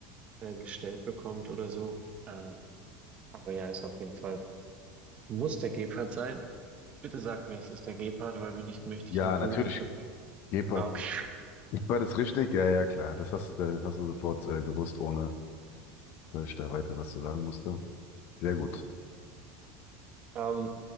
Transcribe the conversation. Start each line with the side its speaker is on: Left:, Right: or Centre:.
Right: äh, gestellt bekommt oder so. Äh, aber ja, ist auf jeden Fall, muss der Gepard sein. Bitte sag mir, es ist der Gepard, weil wenn nicht, möchte
Left: Ja,
Right: ich im Boden
Left: natürlich.
Right: versinken.
Left: Gepard.
Right: Ah, Okay.
Left: Ich war das richtig? Ja, ja, klar. Das hast, äh, hast du sofort äh, gewusst, ohne dass ich da weiter was zu sagen musste. Sehr gut.
Right: Ähm,